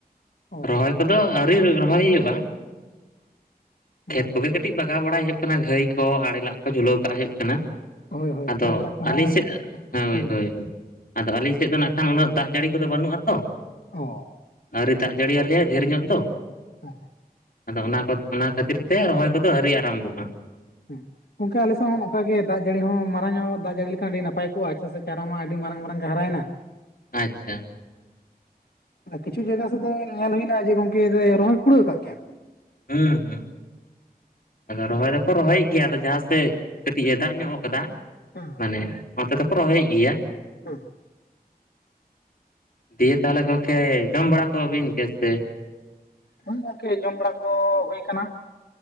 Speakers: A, on the left; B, on the left.
A: ᱚ
B: ᱨᱚᱦᱚᱭ ᱠᱚᱫᱚ ᱟᱹᱣᱨᱤ ᱨᱚᱦᱚᱭ ᱦᱩᱭᱩᱜᱼᱟ।
A: ᱦᱮᱸ
B: ᱠᱷᱮᱛ ᱠᱚᱜᱮ ᱼᱼ ᱠᱟᱹᱴᱤᱡ ᱵᱟᱜᱟᱣ ᱵᱟᱲᱟᱭ ᱦᱩᱭᱩᱜ ᱠᱟᱱᱟ᱾ ᱜᱷᱟᱹᱭ ᱠᱚ ᱟᱲᱮ ᱞᱟᱜ ᱠᱚ ᱡᱷᱩᱞᱟᱹᱣ ᱠᱟᱜ ᱦᱩᱭᱩᱜ ᱠᱟᱱᱟ᱾
A: ᱦᱳᱭ ᱦᱳᱭ
B: ᱟᱫᱚ
A: ᱟᱲᱮ ᱞᱟᱜ ᱠᱚᱦᱚᱸ
B: ᱟᱹᱞᱤᱧ ᱥᱮᱜ, ᱦᱳᱭ
A: ᱚ
B: ᱦᱳᱭ ᱦᱳᱭ᱾ ᱟᱫᱚ ᱟᱹᱞᱤᱧ ᱥᱮᱫ ᱫᱚ ᱱᱟᱜ ᱠᱷᱟᱱ ᱩᱱᱟᱹᱜ ᱫᱟᱜ ᱡᱟᱹᱲᱤ ᱠᱚᱫᱚ ᱵᱟᱹᱱᱩᱜ ᱟᱛᱚ᱾
A: ᱚ
B: ᱟᱹᱣᱨᱤ ᱫᱟᱜ ᱡᱟᱹᱲᱤᱭᱟᱞᱮᱟᱭ ᱰᱷᱮᱨ ᱧᱚᱜ ᱫᱚ᱾
A: <unintelligible>
B: ᱟᱫᱚ ᱚᱱᱟ ᱠᱚ, ᱚᱱᱟ ᱠᱷᱟᱹᱛᱤᱨ ᱛᱮ, ᱨᱚᱦᱚᱭ ᱠᱚᱫᱚ ᱟᱹᱣᱨᱤ ᱟᱨᱟᱢᱵᱷᱚᱜᱼᱟ᱾
A: ᱦᱮᱸ᱾ ᱜᱚᱝᱠᱮ ᱟᱞᱮᱥᱮᱫ ᱦᱚᱸ ᱚᱱᱠᱟ ᱜᱮ ᱫᱟᱜ ᱡᱟᱹᱲᱤ ᱦᱚᱸ ᱢᱟᱨᱟᱝ ᱧᱚᱜ ᱫᱟᱜ ᱡᱟᱹᱲᱤ ᱞᱮᱠᱷᱟᱱ ᱟᱹᱰᱤ ᱱᱟᱯᱟᱭ ᱠᱚᱜᱼᱟ᱾ ᱪᱮᱫᱟᱜ ᱥᱮ? ᱪᱟᱨᱟ ᱢᱟ ᱟᱹᱰᱤ ᱢᱟᱨᱟᱝ ᱢᱟᱨᱟᱝ ᱜᱮ ᱦᱟᱨᱟᱭᱮᱱᱟ᱾
B: ᱟᱪᱪᱷᱟ
A: ᱟᱨ ᱠᱤᱪᱷᱩ ᱡᱟᱭᱜᱟ ᱥᱮᱫ ᱫᱚ ᱧᱮᱞ ᱦᱩᱭᱱᱟ ᱡᱮ ᱜᱚᱝᱠᱮ, ᱡᱮ ᱨᱚᱦᱚᱭ ᱠᱩᱲᱟᱹᱣ ᱠᱟᱜ ᱜᱮᱭᱟ ᱠᱚ᱾
B: ᱦᱩᱸ ᱦᱩᱸ᱾ ᱟᱫᱚ ᱨᱚᱦᱚᱭ ᱫᱚᱠᱚ ᱨᱚᱦᱚᱭᱮᱫ ᱜᱮᱭᱟ᱾ ᱟᱫᱚ ᱡᱟᱦᱟᱸ ᱥᱮᱫ ᱠᱟᱹᱴᱤᱡ ᱮ ᱫᱟᱜ ᱧᱚᱜ ᱠᱟᱫᱟ᱾
A: <unintelligible>
B: ᱢᱟᱱᱮ, ᱚᱱᱚᱛᱮ ᱫᱚᱠᱚ ᱨᱚᱦᱚᱭᱮᱫ ᱜᱮᱭᱟ᱾
A: <unintelligible>
B: ᱫᱤᱭᱮ ᱛᱟᱦᱚᱞᱮ ᱜᱚᱝᱠᱮ, ᱡᱚᱢ ᱵᱟᱲᱟ ᱠᱚ ᱵᱤᱱ ᱜᱮ ᱥᱮ?
A: ᱵᱟᱝ ᱜᱚᱝᱠᱮ, ᱡᱚᱢ ᱵᱟᱲᱟ ᱠᱚᱫᱚ ᱦᱩᱭ ᱠᱟᱱᱟ᱾